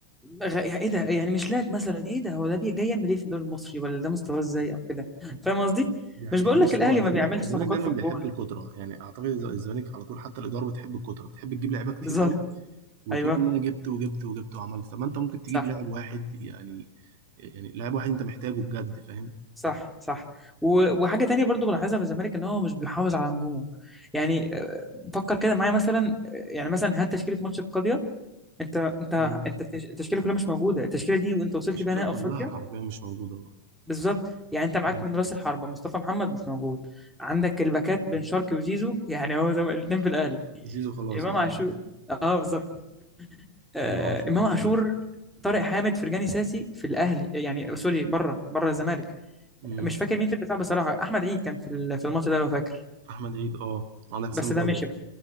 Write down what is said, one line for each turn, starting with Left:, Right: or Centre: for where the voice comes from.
Centre: غ... يعني إيه ده يعني مش لاعب مثلا إيه ده هو ده بي- جاي يعمل إيه في الدوري المصري ولا ده مستواه إزاي أو كده فاهم قصدي؟
Right: دي حقيقة
Centre: مش بقول
Right: بص
Centre: لك الأهلي
Right: هو الزمالك
Centre: ما بيعملش
Right: الزمالك
Centre: صفقات
Right: دايما
Centre: في الجول
Right: بيحب الكترة يعني اعتقد الز- الزمالك على طول حتى الإدارة بتحب الكترة بتحب تجيب لعيبة كتير
Centre: بالظبط
Right: قوي وتقول
Centre: أيوه
Right: ان انا جبت وجبت وجبت وعملت طب ما انت ممكن تجيب
Centre: صح
Right: لاعب واحد يعني يعني لاعب واحد انت محتاجه بجد فاهم
Centre: صح صح و- وحاجه تانية برضو بلاحظها في الزمالك ان هو مش بيحافظ على نجومه يعني آه، فكر كده معايا مثلا آه، يعني مثلا هات تشكيله ماتش القضيه انت انت
Right: مم.
Centre: انت التش- التشكيله كلها مش موجوده التشكيله دي وانت وصلت
Right: المشكلة
Centre: بيها نهائي
Right: كلها
Centre: افريقيا
Right: حرفيا مش موجودة
Centre: بالظبط يعني انت معاك
Right: مم.
Centre: من راس الحربه مصطفى محمد مش موجود عندك الباكات بن شرقي وزيزو يعني هو زي الاثنين في الاهلي
Right: زيزو خلاص
Centre: امام
Right: اه <laughs>
Centre: عاشور اه بالظبط آه
Right: امام عاشور
Centre: امام
Right: في
Centre: عاشور
Right: الأهلي
Centre: طارق حامد فرجاني ساسي في الاهلي يعني آه، سوري بره بره الزمالك
Right: مم.
Centre: مش فاكر مين في الدفاع بصراحه احمد عيد كان في ال- في الماتش ده لو فاكر
Right: احمد عيد اه عندك اسلام
Centre: بس ده
Right: جابر
Centre: مشي بقى